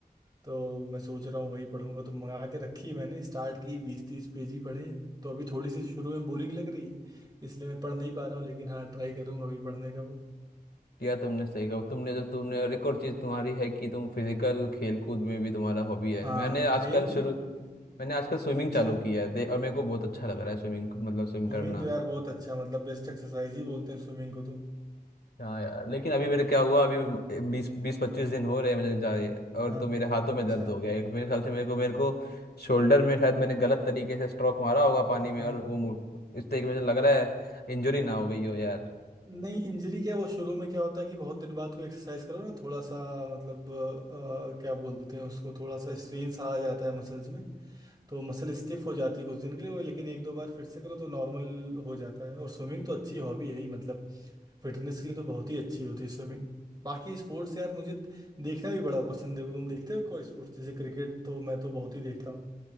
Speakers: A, on the right; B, on the left.
A: तो मैं सोच रहा हूँ वही पढ़ूंगा तो मंगा के रखी है मैंने स्टार्ट की बीस तीस पेज ही पढ़े तो अभी थोड़ी सी शुरू में बोरिंग लग रही है इसलिए मैं पढ़ नहीं पा रहा हूँ लेकिन हाँ ट्राई करूंगा अभी पढ़ने का वो
B: या तुमने सही कहा तुमने जब तुमने और एक और चीज तुम्हारी है कि तुम फिजिकल खेल कूद में भी तुम्हारा हॉबी है
A: हाँ
B: मैंने आजकल
A: खेल कूद
B: शुरू मैंने आजकल स्विमिंग
A: अच्छा
B: चालू किया है दे और मेरे को बहुत अच्छा लग रहा है स्विमिंग मतलब स्विम
A: स्विमिंग
B: करना
A: तो यार बहुत अच्छा मतलब बेस्ट एक्सरसाइज ही बोलते हैं स्विमिंग को तो
B: हाँ यार लेकिन अभी मेरे क्या हुआ अभी बीस बीस पच्चीस दिन हो रहे हैं मुझे जाए और
A: हाँ
B: तो मेरे हाथों में
A: अच्छा
B: दर्द हो गया है मेरे ख्याल से मेरे को मेरे को शोल्डर में शायद मैंने गलत तरीके से स्ट्रोक मारा होगा पानी में
A: हाँ
B: और वो मु- इस तरीके से मुझे लग रहा है इंजरी ना हो गई हो यार
A: नहीं इंजरी क्या वो शुरू में क्या होता है कि बहुत दिन बाद कोई एक्सरसाइज करो ना थोड़ा सा मतलब अ, क्या बोलते हैं उसको थोड़ा सा स्ट्रेन सा आ जाता है मसल्स में तो मसल स्टिफ हो जाती है कुछ दिन के लिए वो लेकिन एक दो बार फिर से करो तो नॉर्मल हो जाता है और स्विमिंग तो अच्छी हॉबी है ही मतलब फिटनेस के लिए तो बहुत ही अच्छी होती है स्विमिंग बाकी स्पोर्ट्स यार मुझे देखना भी बड़ा पसंद है तुम देखते हो कोई स्पोर्ट्स जैसे क्रिकेट तो मैं तो बहुत ही देखता हूँ